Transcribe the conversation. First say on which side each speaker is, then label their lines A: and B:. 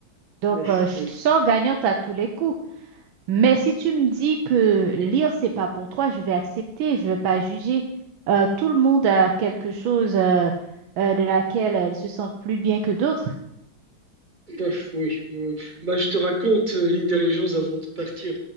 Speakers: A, on the right; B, on the right.
A: Donc,
B: Bon,
A: euh, je
B: oui.
A: sors gagnante à tous les coups. Mais si tu me dis que lire, c'est pas pour toi, je vais accepter, je vais pas juger. Euh, tout le monde a quelque chose euh, euh, de laquelle euh, il se sent plus bien que d'autres.
B: Bof, oui, oui. Bah, je te raconte euh, une dernière chose avant de partir.